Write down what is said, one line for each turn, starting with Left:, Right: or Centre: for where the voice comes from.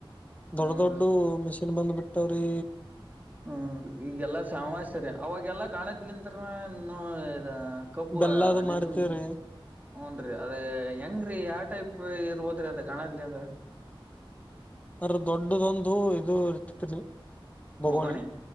Left: ದೊಡ್ಡ
Right: ಹೂನ್ರಿ
Left: ದೊಡ್ಡುವ ಮಿಷಿನ್ ಬಂದ್ ಬಿಟ್ಟ್ <unintelligible> ರೀ
Right: ಹ್ಮ್ ಈಗೆಲ್ಲಾ ಶ್ಯಾಮಾರಿ ಅವಾಗೆಲ್ಲಾ ಗಾಣದ್ಲನ್ರ ನೋ <unintelligible> ಕಬ್ಬು
Left: ಬೆಲ್ಲದು
Right: ಅದು
Left: ಮಾಡ್ತವ್ರಿ.
Right: ಇದು ಹ್ಞನ್ರೀ ಅದ ಹೆಂಗ್ರೀ ಯಾವ ಟೈಪ್ ಇರ್ಬೋದ್ರಿ ಅದ ಗಣದಲ್ಲಿ ಅಂದ್ರ
Left: ಅ್ರ ದೊಡ್ಡದೊಂದು ಇದು ಇರ್ತತ್ರಿ ಬೊಗೋಣಿ
Right: ಬೋಗಣೆ